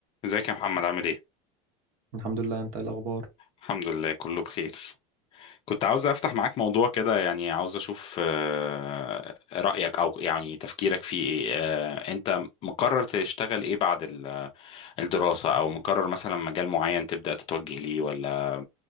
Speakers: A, on the left; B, on the right.
A: ازيك يا محمد عامل ايه؟
B: الحمد لله انت ايه الاخبار
A: الحمد لله كله بخير كنت عاوز افتح معاك موضوع كده يعني عاوز اشوف آه، رأيك او يعني تفكيرك فيه ايه آه، انت مقرر تشتغل ايه بعد ال- الدراسة او مقرر مثلا مجال معين تبدأ تتوجه ليه ولا